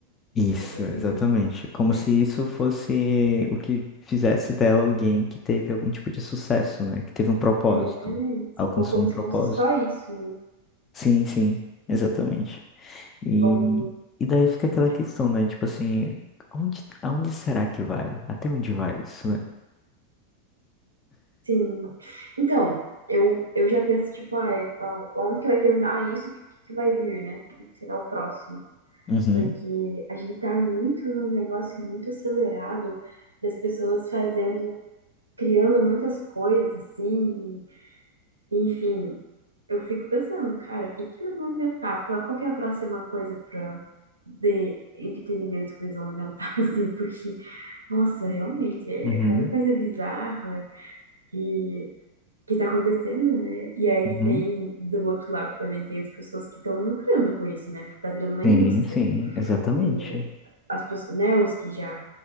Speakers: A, on the left; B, on the right.
A: Isso,
B: reproduzir,
A: exatamente. Como
B: né?
A: se isso fosse o que fizesse dela alguém que teve algum tipo de sucesso, né? Que teve um propósito,
B: Exatamente.
A: alcançou
B: Ou como
A: um propósito.
B: se fosse só isso, né?
A: Sim, sim, exatamente. E,
B: Como,
A: e daí fica aquela
B: tá, tipo,
A: questão, né? Tipo assim, aonde, aonde será que vai? Até onde vai isso, né?
B: sim. Então, eu, eu já penso, tipo, ah, é- ah, onde que vai terminar Ah, isso? O que, que vai vir, né? O que será o próximo?
A: Uhum,
B: Porque a gente tá muito num negócio muito acelerado das pessoas fazendo, criando muitas coisas, assim, e, enfim. Eu fico pensando, cara, o que que eles vão inventar? Pra, qual que é a próxima coisa pra, de entretenimento que eles vão inventar, <laughs> assim? Porque, nossa, realmente, é,
A: uhum,
B: é cada coisa bizarra e que tá acontecendo, né? E aí
A: uhum.
B: tem, do outro lado também tem as pessoas que estão lucrando com isso, né? Porque tá virando uma
A: Sim,
B: indústria.
A: sim, exatamente.
B: E as, pos- né, os que já,